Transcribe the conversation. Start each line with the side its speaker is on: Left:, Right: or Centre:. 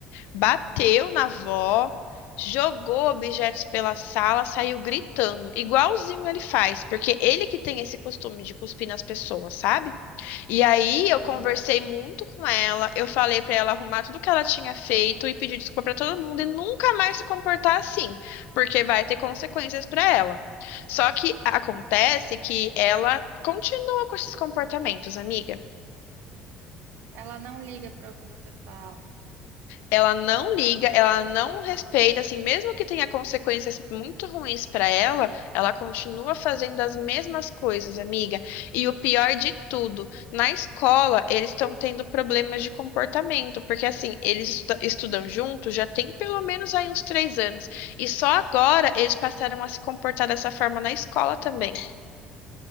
Left: bateu
Right: Uhum.
Left: na avó, jogou objetos pela sala, saiu gritando, igualzinho ele faz, porque ele que tem esse costume de cuspir nas pessoas, sabe? E aí eu conversei
Right: Sim.
Left: muito com ela, eu falei pra ela arrumar tudo que ela tinha feito e pedir desculpa pra todo mundo e nunca mais se comportar assim, porque vai ter consequências pra ela. Só que acontece que ela continua com esses comportamentos, amiga.
Right: Ela não liga para o que você fala.
Left: Ela não liga, ela não respeita, assim, mesmo que tenha consequências muito ruins para ela, ela continua fazendo as mesmas coisas, amiga. E o pior de tudo, na escola eles estão tendo problemas de comportamento, porque assim, eles estu- estudam juntos já tem pelo menos aí uns três anos, e só agora eles passaram a se comportar dessa forma na escola também.